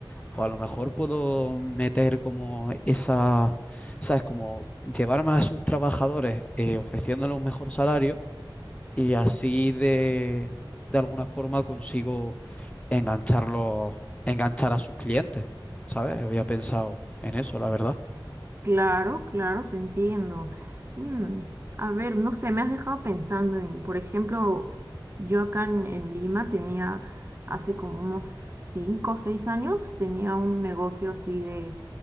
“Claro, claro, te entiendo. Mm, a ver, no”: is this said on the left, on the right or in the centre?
Right